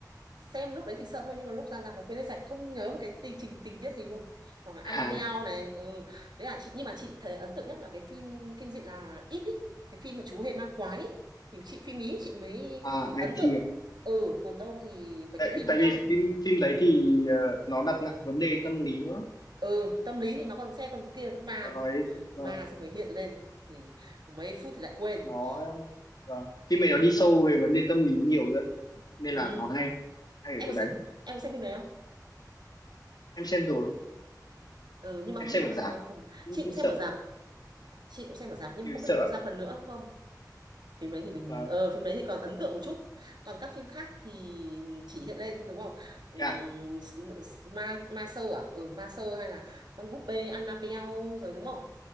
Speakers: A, on the right; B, on the left.
A: xem lúc đấy thì sợ thôi nhưng mà lúc ra rạp mà quên hết sạch không nhớ một cái tình trình tình tiết gì luôn hoặc là Annabelle
B: à,
A: này ừ đấy là chị nhưng mà chị thấy ấn tượng nhất là cái phim kinh dị là It ý. cái phim mà chú hề ma quái ý. thì chị phim Ý chị mới
B: à
A: ấn
B: IT
A: tượng
B: à?
A: ừ còn đâu thì mấy
B: tại,
A: cái phim
B: tại
A: khác
B: vì
A: thì,
B: phim phim đấy thì ờ, nó đặt nặng vấn đề tâm lý nữa
A: ừ tâm lý thì nó còn xem còn kia cứ ma
B: nó nói vâng,
A: ma xong rồi hiện lên thì mấy phút thì lại quên
B: nó vâng. phim này nó đi sâu về vấn đề tâm lý nhiều rồi ạ. nên
A: ừ
B: là nó hay hay ở
A: em
B: chỗ
A: có
B: đấy
A: xem em có xem phim đấy không
B: em xem rồi
A: ừ nhưng mà
B: em
A: không
B: xem
A: biết nó
B: ở
A: có
B: rạp
A: ra phần
B: cũng
A: chị cũng
B: cũng
A: xem
B: sợ
A: ở rạp chị cũng xem ở rạp nhưng
B: thì
A: mà không
B: sợ
A: biết nó có ra phần nữa không phim đấy thì mình
B: và
A: ờ phim đấy thì còn ấn tượng một chút còn các phim khác thì chỉ hiện lên đúng không Ừm,
B: và
A: s- ma ma sơ à ừ ma sơ hay là con búp bê Annabelle rồi đúng không